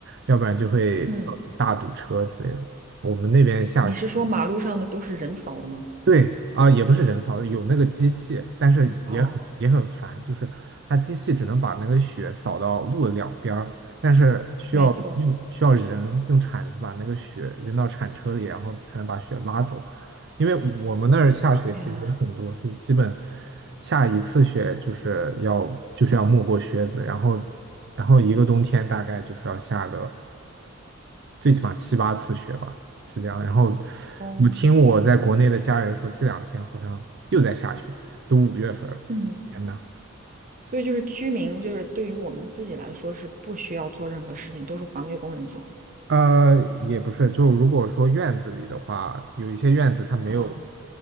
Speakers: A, on the right; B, on the right.
A: 要不然就会造成大堵车之类的。
B: 嗯，
A: 我们那边下雪。
B: 你是说马路上的都是人扫的吗？
A: 对啊，也不是人扫，有那个机器，但是也很也很烦，
B: 哦，
A: 就是它机器只能把那个雪扫到路的两边儿，但是需要用需要人用铲子把那个雪扔到铲车里，
B: 没错。
A: 然后才能把雪拉走。因为我们那儿下雪其实也很多，
B: 呀。
A: 就基本下一次雪就是要就是要没过靴子，然后然后一个冬天大概就是要下个。最起码七八次雪吧，是这样。然后
B: 哦，
A: 我听我在国内的家人说，这两天好像又在下雪，都五月份了，
B: 嗯，
A: 天呐！
B: 所以就是居民，就是对于我们自己来说是不需要做任何事情，都是环卫工人做。
A: 呃，也不是，就如果说院子里的话，有一些院子它没有，
B: 啊，